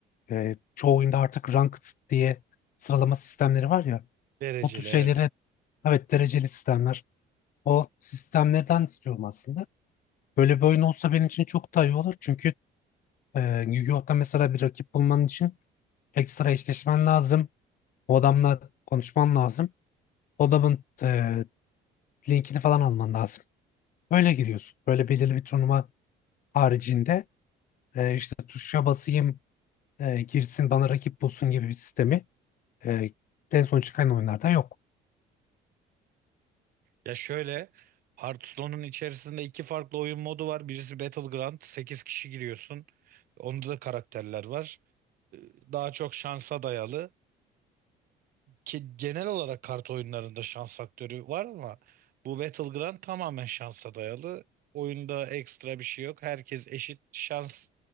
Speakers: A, on the left; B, on the right.
A: e, çoğu oyunda artık ranked diye sıralama sistemleri var ya.
B: Dereceli
A: O tür şeylere
B: evet.
A: evet dereceli sistemler. O sistemlerden istiyorum aslında. Böyle bir oyun olsa benim için çok daha iyi olur. Çünkü e, Yu-Gi-Oh'ta mesela bir rakip bulman için ekstra eşleşmen lazım. O adamla konuşman lazım. O adamın e, linkini falan alman lazım. Böyle giriyorsun. Böyle belirli bir turnuva haricinde e, işte tuşa basayım e, girsin bana rakip bulsun gibi bir sistemi e, en son çıkan oyunlardan yok.
B: Ya şöyle Hearthstone'un içerisinde iki farklı oyun modu var. Birisi Battleground 8 kişi giriyorsun. Onda da karakterler var. Ee, Daha çok şansa dayalı. Ki genel olarak kart oyunlarında şans faktörü var ama bu Battleground tamamen şansa dayalı. Oyunda ekstra bir şey yok. Herkes eşit şans